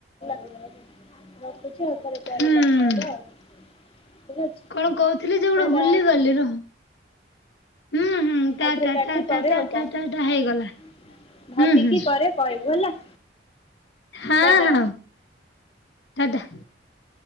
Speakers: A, on the left; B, on the left.
A: ମତେ ଛି ପରେ ପରେ
B: ହୁଁ
A: କଥା ହବା ଆଉ। ଠିକ ଅଛି
B: କଣ କହୁଥିଲି ଯେ
A: ଟା
B: ଗୋଟେ
A: ଟା।
B: ଭୁଲିଗଲି ରହ। ହୁଁ ହୁଁ ଟା
A: ଆଉଥରେ
B: ଟା
A: କାଟେ
B: ଟା
A: କରେ
B: ଟା ଟା
A: ଆଉ କହ
B: ଟା ଟା ଟା ହେଇଗଲା। ହୁଁ
A: ଭାବିକି
B: ହୁଁ
A: କରେ କହିବୁ ହେଲା।
B: ହଁ
A: ଟା ଟା।
B: ହଁ ଟା ଟା।